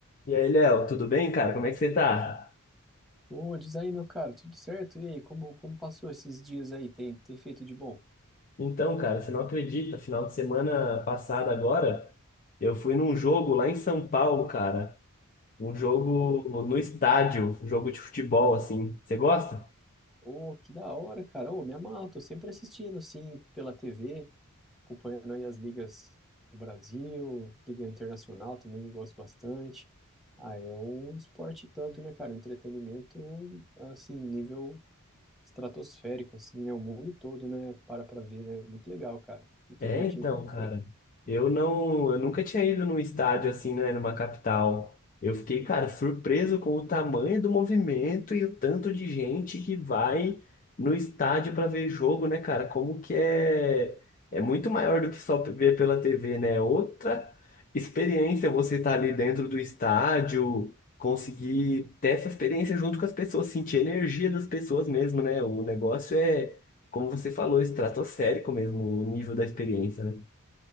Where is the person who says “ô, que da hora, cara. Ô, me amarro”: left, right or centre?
Centre